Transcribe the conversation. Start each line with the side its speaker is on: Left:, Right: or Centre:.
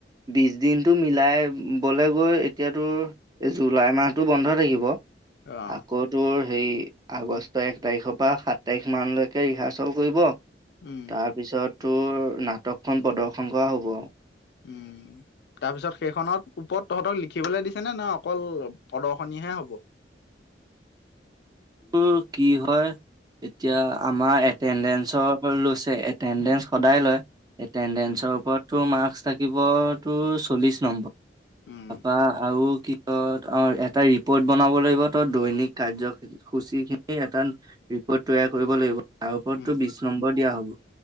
Right: বিশ দিনটো মিলাই বোলে গৈ এতিয়া তোৰ, এই জুলাই মাহতো বন্ধ থাকিব,
Left: অ',
Right: আকৌ তোৰ হেৰি আগষ্টৰ এক তাৰিখৰ পৰা সাত তাৰিখ মানলৈকে ৰিহাৰ্চেল কৰিব
Left: উম,
Right: তাৰপিছত তোৰ নাটকখন প্ৰদৰ্শন কৰা হ'ব আৰু।
Left: উম। তাৰপিছত সেইখনত ওপৰত তহঁতক লিখিবলৈ দিছে নে, নে অকল প্ৰদৰ্শনীহে হ'ব।
Right: উম, কি হয়। এতিয়া আমাৰ এটেণ্ডেঞ্চৰ লৈছে, এটেণ্ডেঞ্চ সদায় লয়। এটেণ্ডেঞ্চৰ
Left: উম,
Right: ওপৰত তোৰ মাৰ্কচ থাকিব তোৰ, চল্লিশ নম্বৰ তাৰপা
Left: উম,
Right: আৰু কি কয়, অ' এটা ৰিপৰ্ট বনাব লাগিব দৈনিক কাৰ্য সূচীখিনিৰ এটা ৰিপ'ৰ্ট তৈয়াৰ কৰিব লাগিব। তাৰ ওপৰতো
Left: উম,
Right: বিশ নম্বৰ দিয়া হ'ব